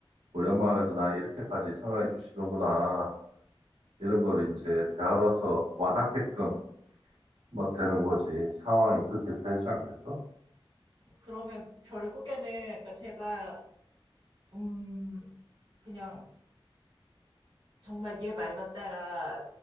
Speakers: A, on the right (about 80°); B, on the right (about 60°).
A: 우리 엄마에게도 나 이렇게까지 생각해 주시는구나. 이런 거를 이제 대화로서 와닿게끔 뭐 되는 거지. 상황이 그렇게 되지 않겠어?
B: 그러면 결국에는 그러니까 제가 음 그냥 정말 얘 말만 따라